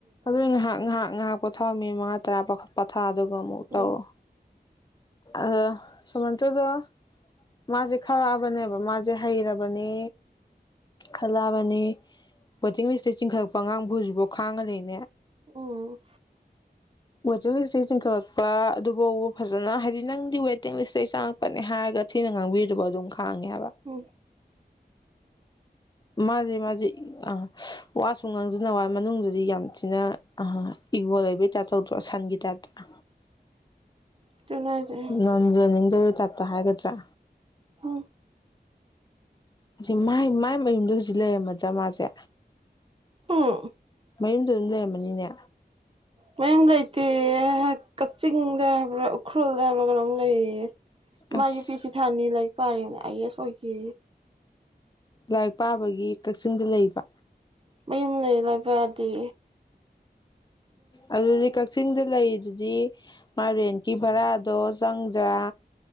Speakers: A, on the left; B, on the right.
A: ꯑꯗꯨ ꯉꯍꯥꯛ ꯉꯍꯥꯛ ꯉꯥꯏꯍꯥꯛ ꯄꯣꯊꯥꯑ ꯃꯤ ꯃꯉꯥ ꯇꯔꯥ ꯄꯊꯥ ꯑꯗꯨꯒ ꯋꯥꯃ ꯇꯑꯣꯣ
B: ꯎꯝ
A: ꯑ ꯁꯃꯟꯇꯗ ꯃꯥꯁꯦ ꯈꯔꯕꯅꯦꯕ ꯃꯥꯖꯦ ꯍꯩꯔꯕꯅꯤ ꯈꯜꯂꯛꯑꯕꯅꯤ ꯕꯣꯇꯤꯡ ꯂꯤꯁꯇ ꯆꯤꯡꯈꯠꯂꯛꯄ ꯑꯉꯥꯡꯕꯨ ꯍꯧꯖꯤꯐꯥꯎ ꯈꯥꯡꯉ ꯂꯩꯅꯤ
B: ꯎꯝ
A: ꯖꯁꯦ ꯆꯤꯡꯈꯜꯂꯛꯄ ꯑꯗꯨꯐꯥꯎ ꯐꯖꯅ ꯍꯥꯏꯗꯤ ꯅꯪꯗꯤ ꯋꯦꯇꯤꯡ ꯂꯤꯁꯇꯒꯤ ꯆꯪꯉꯛꯄꯅꯦ ꯍꯥꯏꯔꯒ ꯊꯤꯅ ꯉꯥꯡꯕꯤꯕ ꯑꯗꯨꯝ ꯈ ꯈꯥꯡꯉꯦ ꯍꯥꯏꯕ
B: ꯎꯝ
A: ꯃꯥꯁꯦ ꯃꯥꯁꯦ ꯑ ꯋꯥꯁꯨ ꯉꯥꯡꯁꯤꯅ ꯋꯥ ꯃꯅꯨꯡꯗꯤ ꯌꯥꯝ ꯊꯤꯅ ꯑ ꯏꯒꯣ ꯂꯩꯕꯩ ꯇꯥꯏꯞ ꯇꯧꯗ꯭ꯔꯣ ꯁꯟꯒꯤ ꯇꯥꯏꯞꯇ
B: ꯑꯗꯨꯅꯁꯦ
A: ꯅꯖꯅꯤꯡꯗ ꯇꯥꯏꯞꯇ ꯍꯥꯏꯒꯗ꯭ꯔꯥ
B: ꯑ
A: ꯑꯁꯤ ꯃꯥꯏ ꯃꯌꯨꯝꯗ ꯍꯧꯖꯤꯛ ꯂꯩꯔꯝꯃꯗ꯭ꯔ ꯃꯥꯁꯦ
B: ꯎꯝ
A: ꯃꯌꯨꯝꯗ ꯑꯗꯨꯝ ꯂꯩꯔꯝꯃꯅꯤꯅꯦ
B: ꯃꯌꯥꯝ ꯂꯩꯇꯦ ꯀꯛꯆꯤꯡꯗ ꯍꯥꯏꯕ꯭ꯔꯥ ꯎꯈ꯭ꯔꯨꯜꯗ ꯍꯥꯏꯕ꯭ꯔꯥ ꯀꯩꯅꯣꯝ ꯂꯩꯌꯦ
A: ꯑꯁ
B: ꯃꯥꯒꯤ ꯄꯤꯁꯤ ꯊꯥꯅꯤ ꯂꯥꯏꯛ ꯄꯔꯅꯦ ꯑꯥꯏ ꯑꯦꯁ ꯑꯣꯏꯈꯤ
A: ꯂꯥꯏꯔꯤꯛ ꯄꯥꯕꯒꯤ ꯀꯛꯆꯤꯡꯗ ꯂꯩꯕ
B: ꯃ ꯑꯃ ꯂꯩꯔꯕꯗꯤ
A: ꯑꯗꯨꯗꯤ ꯀꯛꯁꯤꯤꯡꯗꯂꯦ <inaudible> ꯃꯥ ꯔꯦꯟꯀꯤ ꯚꯔꯥꯗꯣ ꯆꯪꯖ